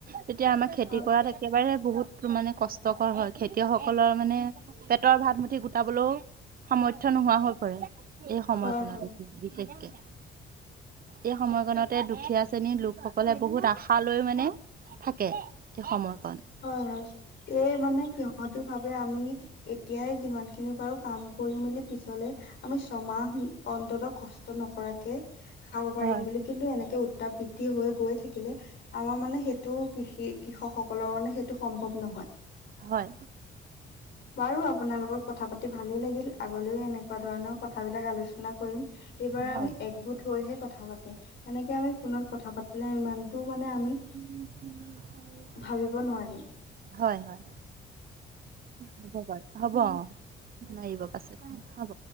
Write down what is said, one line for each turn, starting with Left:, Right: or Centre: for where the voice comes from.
Right: তেতিয়া আমাৰ খেতি
Left: হয়
Right: কৰাত একেবাৰে বহুত মানে কষ্টকৰ হয়। খেতিয়কসকলৰ মানে পেটৰ ভাত মুঠি গোটাবলৈও সময় থ্য নোহোৱা হৈ পৰে। এই সময়খনত
Left: হয় হয়
Right: এই বিশেষকে। এই সময়কতে দুখীয়া শ্ৰেণীৰ লোকসকলে বহুত আশা লৈ মানে থাকে, এই সময়কণ।
Left: হয়, হয় এই মানে সিহতি ভাবে আমি এতিয়াই যিমান খিনি পাৰোঁ কাম কৰি মেলি পিছলে আমি ছমাহ অন্ততঃ কষ্ট নকৰাকে খাব পাৰিম
Right: হয়
Left: বুলি কিন্তু এনেকে উত্তাপ বৃদ্ধি হৈ গৈ থাকিলে আমাৰ মানে সেইটো কৃষি কৃষক <unintelligible> সেইটো সম্ভৱ নহয়।
Right: হয়।
Left: <inaudible> বাৰু আপোনাৰ লগত কথা পাতি ভালেই লাগিল আগলেও এনেকুৱা ধৰণৰ কথাবিলাক আলোচনা এইবাৰ
Right: হয়
Left: আমি একগোট হৈহে কথা পাতিম এনেকে আমি ফোনত কথা পা <unintelligible> ইমানটো মানে আমি
Right: উম উম <unintelligible>
Left: ভাবিব নোৱাৰিম।
Right: হয়, হয় হ'ব বাৰু হ'ব অ। <unintelligible> পাছত হ'ব।